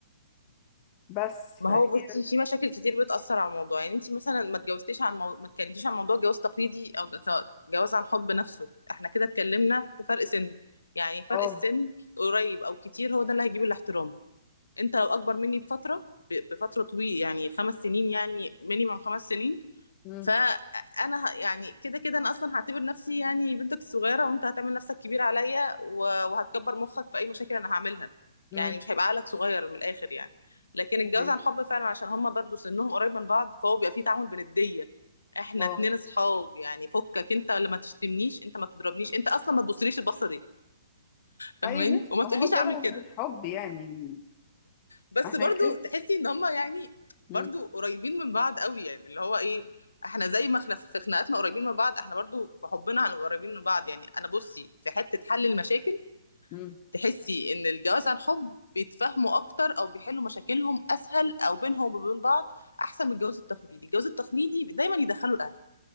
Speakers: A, on the left; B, on the left.
A: بس فهي
B: ما هو بصي في مشاكل كتير بتأثر على الموضوع يعني انت مثلا ما اتجوزتيش عن مو... ما اتكلمتيش عن موضوع جواز تقليدي او جو- جواز عن حب نفسه احنا كده اتكلمنا في فرق سن يعني فرق
A: اه
B: السن قريب او كتير هو ده اللي هيجيب الاحترام انت لو اكبر مني بفترة ب... بفترة طويلة يعني خمس سنين يعني مينيمم خمس سنين
A: امم
B: فانا ه- يعني كده كده انا اصلا هعتبر نفسي يعني بنتك الصغيره وانت هتعمل نفسك كبير عليا و- وهتكبر مخك في اي مشاكل انا هعملها يعني
A: امم
B: مش هيبقى عقلك صغير من الاخر يعني لكن الجواز
A: تمام.
B: عن حب فعلا عشان هما برضو سنهم قريب من بعض فهو بيبقى فيه تعامل بنديه احنا
A: اه
B: اتنين اصحاب يعني فكك انت اللي ما تشتمنيش انت ما تضربنيش انت اصلا ما تبصليش البصه دي
A: طيب
B: فاهماني
A: ماشي
B: وما
A: ما
B: تقوليش
A: هو كده
B: اعمل كده
A: مش حب يعني يعني
B: بس
A: عشان
B: برضو
A: كده
B: تحسي ان هما يعني
A: امم
B: برضو قريبين من بعض قوي يعني اللي هو ايه احنا زي ما احنا في خناقاتنا قريبين من بعض احنا برضو في حبنا هنبقى قريبين من بعض يعني انا بصي في حتة حل المشاكل
A: امم
B: تحسي ان الجواز عن حب بيتفاهموا اكتر او بيحلوا مشاكلهم اسهل او بينهم وبين بعض احسن من الجواز التقليدي الجواز التقليدي دايما يدخلوا الاهل